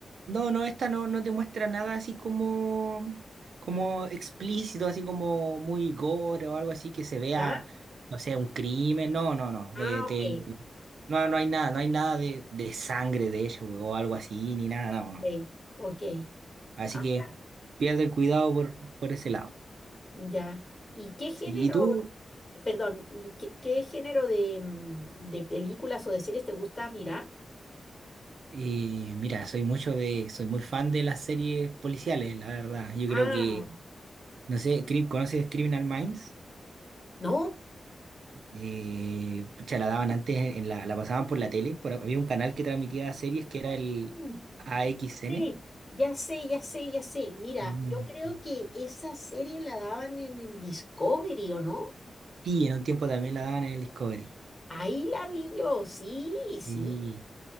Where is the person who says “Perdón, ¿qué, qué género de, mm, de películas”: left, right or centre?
Left